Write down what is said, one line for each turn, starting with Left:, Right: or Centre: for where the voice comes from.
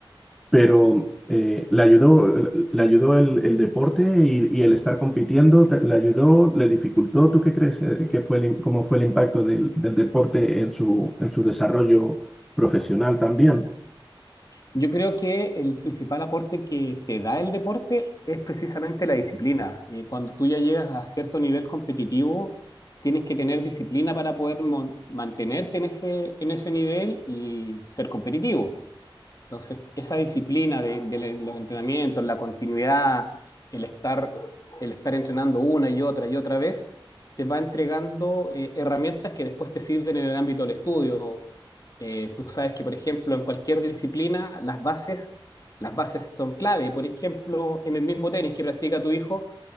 Centre: pero eh, le ayudó, le ayudó el, el deporte y, y el estar compitiendo, te- le ayudó, le dificultó. ¿Tú qué crees eh, que fue el im- cómo fue el impacto del, del deporte en su, en su desarrollo profesional también?
Left: Yo creo que el principal aporte que te da el deporte es precisamente la disciplina. Eh, cuando tú ya llegas a cierto nivel competitivo, tienes que tener disciplina para poder mon- mantenerte en ese, en ese nivel y ser competitivo. Entonces, esa disciplina de, de los entrenamientos, la continuidad, el estar, el estar entrenando una y otra y otra vez, te va entregando eh, herramientas que después te sirven en el ámbito del estudio. Eh, tú sabes que, por ejemplo, en cualquier disciplina, las bases, las bases son clave. Por ejemplo, en el mismo tenis que practica tu hijo,